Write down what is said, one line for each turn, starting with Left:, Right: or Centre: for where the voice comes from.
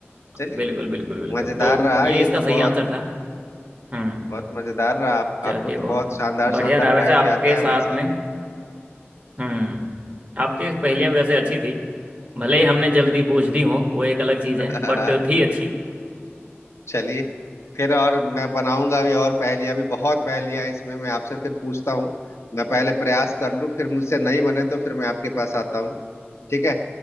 Left: चलिए
Right: बिल्कुल बिल्कुल बिल्कुल
Left: मजेदार
Right: तो
Left: रहा ये
Right: ये इसका
Left: तो
Right: सही
Left: बहुत
Right: आंसर था हम्म
Left: बहुत मजेदार रहा आप, आपको
Right: चलिए
Left: तो
Right: बहुत
Left: बहुत शानदार
Right: बढ़िया
Left: शानदार
Right: रहा वैसे
Left: पहेली
Right: आपके
Left: आता है
Right: साथ
Left: भाई साहब
Right: में हम्म आपकी पहेलियां वैसे अच्छी थी भले ही हमने जल्दी बूझ दी हो वो एक अलग चीज़
Left: <laughs>
Right: है बट थी अच्छी
Left: चलिए फिर और मैं बनाऊंगा भी और पहेलियां भी बहुत पहेलियां इसमें मैं आपसे फिर पूछता हूँ मैं पहले प्रयास कर लूँ फिर मुझसे नहीं बने तो फिर मैं आपके पास आता हूँ ठीक है